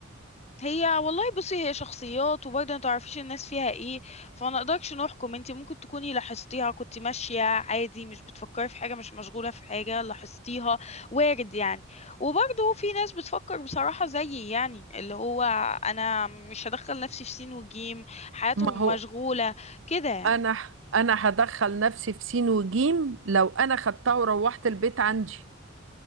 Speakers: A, on the left; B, on the right.
A: هي والله بصي هي شخصيات وبرضه ما تعرفيش الناس فيها ايه فما نقدرش نحكم انت ممكن تكوني لاحظتيها كنت ماشية عادي مش بتفكري في حاجة مش مشغولة في حاجة لاحظتيها وارد يعني وبرضه في ناس بتفكر بصراحة زيي يعني اللي هو انا مش هدخل نفسي في سين وجيم حياتهم
B: ما هو
A: مشغولة كده يعني
B: انا انا هدخل نفسي في سين وجيم لو انا خدتها وروحت البيت عندي